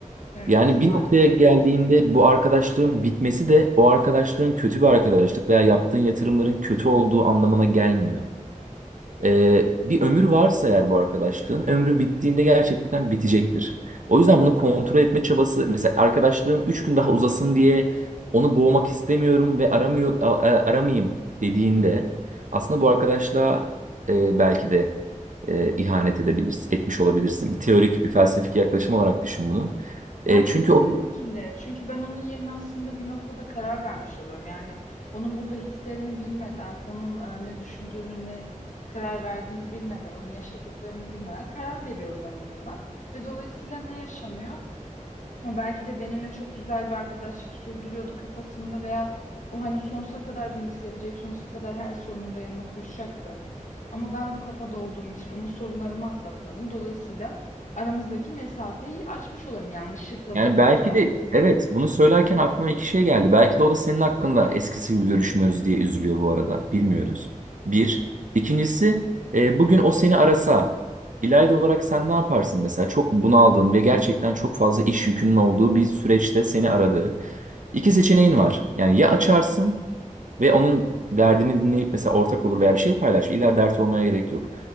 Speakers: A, on the left; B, on the right.
A: Evet
B: Yani
A: maalesef.
B: bir noktaya geldiğinde bu arkadaşlığın bitmesi de o arkadaşlığın kötü bir arkadaşlık veya yaptığın yatırımların kötü olduğu anlamına gelmiyor. Ee, bir ömür varsa eğer bu arkadaşlığın ömrü bittiğinde gerçekten bitecektir. O yüzden bunu kontrol etme çabası mesela arkadaşlığım 3 gün daha uzasın diye onu boğmak istemiyorum ve aramıyor a- a- aramayayım dediğinde aslında bu arkadaşlığa e, belki de e, ihanet edebilirsin, etmiş olabilirsin. Bir teorik, bir felsefik yaklaşım olarak düşün bunu. E,
A: Ya
B: çünkü
A: kesinlikle.
B: o
A: Çünkü ben onun yerine aslında bir noktada karar vermiş oluyorum. Yani onun burada hislerini bilmeden, onun e, ne düşündüğünü, ne karar verdiğini bilmeden, onun yaşadıklarını bilmeden karar veriyorum onun adına. Ve dolayısıyla ne yaşanıyor? O belki de benimle çok güzel bir arkadaşlık sürdürüyordu kafasında veya o hani sonsuza kadar beni sevecek, sonsuza kadar her sorunumda yanıma koşacaktı. Ama ben bu kafada olduğum için onun sorunlarımı atlatmadım. Dolayısıyla aramızdaki mesafeyi açmış oluyorum yanlışlıkla
B: Yani
A: da olsa.
B: belki de evet bunu söylerken aklıma iki şey geldi. Belki de o da senin hakkında eskisi gibi görüşmüyoruz diye üzülüyor bu arada. Bilmiyoruz. Bir. İkincisi e, bugün o seni arasa İlayda olarak sen ne yaparsın mesela? Çok bunaldığın ve gerçekten çok fazla iş yükünün olduğu bir süreçte seni aradığı. İki seçeneğin var. Yani ya açarsın ve onun derdini dinleyip mesela ortak olur veya bir şey paylaş. İlla dert olmaya gerek yok.